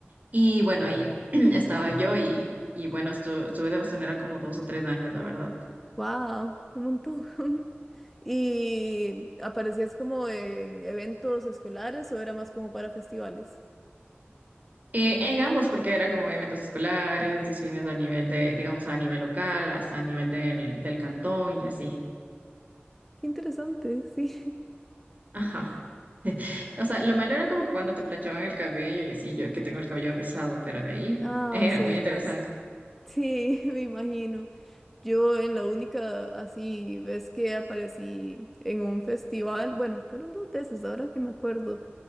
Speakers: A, on the right; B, in the centre.
A: Y bueno, ahí <clears throat> estaba yo y, y bueno, estu- estuve de bastonera como dos o tres años, la verdad.
B: <laughs> ¡Wow! ¡Qué montón! <laughs> ¿Y aparecías como en eventos escolares o era más como para festivales?
A: Eh, en ambos, porque era como eventos escolares, de cines a nivel de, digamos, a nivel local, hasta a nivel del, del cantón y así.
B: Qué interesante, sí.
A: Ajá. O sea, lo malo era como que cuando te planchaban el cabello y así, yo que tengo el cabello rizado, pero de ahí
B: Ah,
A: era
B: sí,
A: muy interesante.
B: sí, <laughs> me imagino. Yo en la única así vez que aparecí en un festival, bueno, fueron dos veces, ahora que me acuerdo.